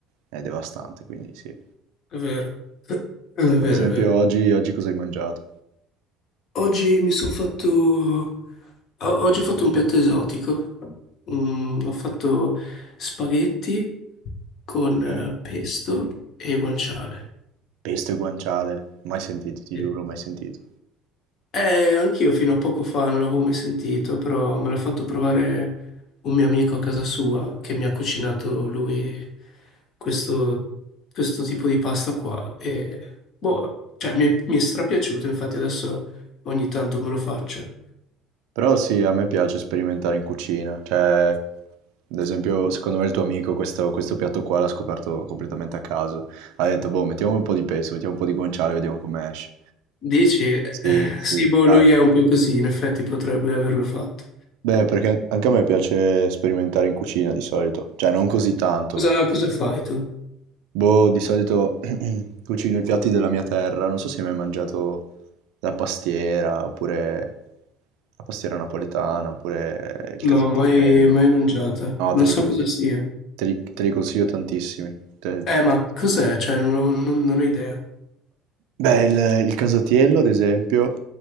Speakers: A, on the right; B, on the left.
A: è devastante, quindi sì.
B: È vero, è vero,
A: Ad esempio
B: è vero.
A: oggi, oggi cosa hai mangiato?
B: Oggi mi sono fatto... o- Oggi ho fatto un piatto esotico. Mm, ho fatto spaghetti con
A: Ok?
B: eh, pesto e guanciale.
A: Pesto e guanciale, mai sentito, ti
B: Sì.
A: giuro, mai sentito.
B: Eh, anch'io fino a poco fa non l'avevo mai sentito, però me l'ha fatto provare un mio amico a casa sua che mi ha cucinato lui questo, questo tipo di pasta qua. E, boh, cioè, mi è, mi è strapiaciuto, infatti adesso ogni tanto me lo faccio.
A: Però sì, a me piace sperimentare in cucina, cioè, ad esempio, secondo me il tuo amico questo, questo piatto qua l'ha scoperto completamente a caso. Ha detto, boh, mettiamo un po' di pesto, mettiamo un po' di guanciale, vediamo come esce.
B: Dici? Eh,
A: Sì, sì,
B: Sì, boh,
A: dai.
B: lui è un po' così, in effetti potrebbe averlo fatto.
A: Beh, perché anche a me piace sperimentare in cucina di solito, cioè non così tanto.
B: Cosa, cosa fai tu?
A: Boh, di solito <clears throat> cucino i piatti della mia terra, non so se hai mai mangiato la pastiera, oppure la pastiera napoletana, oppure il
B: No,
A: casatiello.
B: mai, mai mangiata.
A: No, te
B: Non
A: li
B: so
A: consiglio,
B: cosa sia.
A: te li, te li consiglio tantissimi. te li
B: Eh,
A: consiglio.
B: ma cos'è? Cioè, non, non- non ho idea.
A: Beh, il, il casatiello, ad esempio,